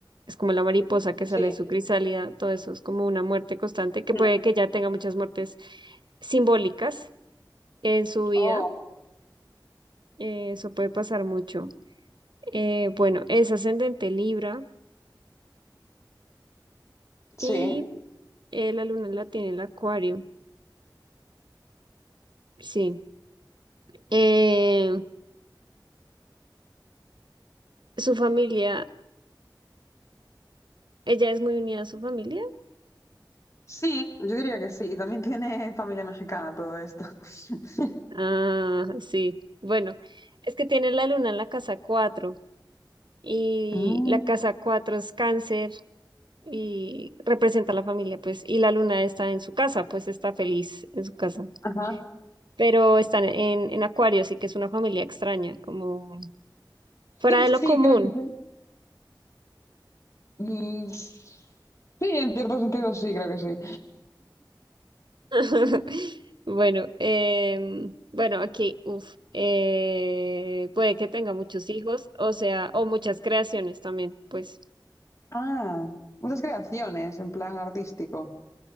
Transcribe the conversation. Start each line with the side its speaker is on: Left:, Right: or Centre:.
Right: es como la mariposa que
Left: Sí.
Right: sale de su crisálida, todo eso es como una muerte constante, que
Left: Ujú.
Right: puede que ya tenga muchas muertes simbólicas en su vida,
Left: Oh,
Right: eh, eso puede pasar mucho. Eh, bueno, es ascendente Libra
Left: sí.
Right: y eh, la luna la tiene el Acuario, sí. Eh, su familia, ella es muy unida a su familia.
Left: Sí, yo diría que sí. Y también tiene familia mexicana todo esto. <laughs>
Right: Ah, sí. Bueno, es que tiene la luna en la casa 4 y
Left: Mm,
Right: la casa 4 es cáncer y representa a la familia, pues, y la luna está en su casa, pues está feliz en su casa.
Left: ajá.
Right: Pero están en, en Acuario, así que es una familia extraña, como
Left: <laughs>
Right: fuera de lo
Left: Sí,
Right: común.
Left: creo que sí. Mm, sí, en cierto sentido sí, creo que sí.
Right: <laughs> Bueno, em, bueno, aquí, uf, eh, puede que tenga muchos hijos, o sea, o muchas creaciones también, pues.
Left: Ah, muchas creaciones en plan artístico.